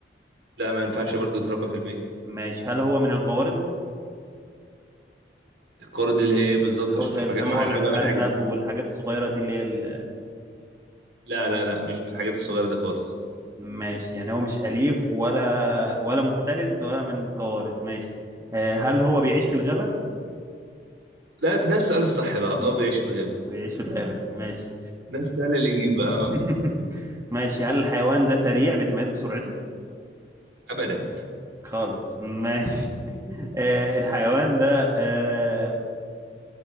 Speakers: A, on the right; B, on the right.
A: لا ما ينفعش برضه يتربى في البيت
B: ماشي هل هو من القوارض؟
A: القارد اللي هي ايه بالظبط
B: اللي
A: عشان
B: هو زي
A: مش
B: الفار
A: مجمع انا
B: والأرنب
A: بقى الحاجات دي
B: والحاجات الصغيرة دي اللي هي ال-
A: لا لا لا مش من الحاجات الصغيره دي خالص
B: ماشي يعني هو مش أليف ولا ولا مفترس ولا من القوارض ماشي آه، هل هو بيعيش في الغابة؟
A: ده ده السؤال الصح بقى
B: مم.
A: اه بيعيش في الغابه
B: بيعيش في الغابة ماشي
A: ده السؤال اللي يجيب بقى آه.
B: <laughs> ماشي هل الحيوان ده سريع بيتميز بسرعته؟
A: ابدا
B: خالص ماشي <laughs> آه، الحيوان ده آه،